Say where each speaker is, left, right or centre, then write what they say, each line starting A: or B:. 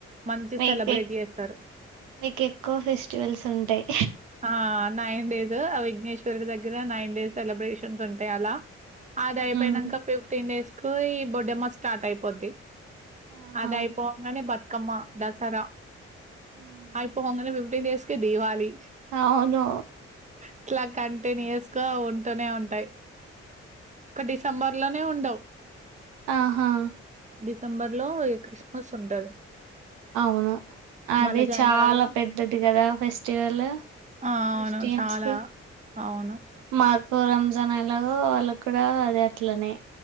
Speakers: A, on the right; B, on the right.
A: మంచి
B: మీకు
A: సెలబ్రేట్
B: ఎ
A: చేస్తారు.
B: మీకు ఎక్కువ ఫెస్టివల్స్ ఉంటాయి
A: ఆ నైన్ డేస్ ఆ విఘ్నేశ్వరుడు దగ్గర నైన్ డేస్ సెలబ్రేషన్స్ ఉంటాయి. ఆల్ అద అయిపోయినంక
B: మ్మ్.
A: పిప్ డేస్ కు పోయ్ బొడ్డెమ్మ స్టార్ట్ అయిపోద్ది.
B: ఆహా
A: అదై పోంగనే బతుక్ అక్కమ్మ దసరా
B: మ్మ్.
A: ఐపొంగనే ఫిఫ్టీన్ డేస్ కే దీపావలి.
B: అవును
A: ఇట్లా కంటన్యూర్స్ గా ఉంటూనే ఉంటాయి. ఒక డిసెంబర్ లో నే ఉండవు.
B: ఆహా
A: డిసెంబర్ లో క్రిస్మస్ ఉంటది.
B: అవును అది
A: మళ్ళా జాన్వరిలో
B: చాలా పెద్దది కదా. ఫెస్టివల్
A: ఆ!
B: క్రిస్టియన్స్
A: అవును. చాలా.
B: కి
A: అవును.
B: మాక్ రంజాన్ ఎలాగో వాళ్ళకి కూడా అది అట్లనే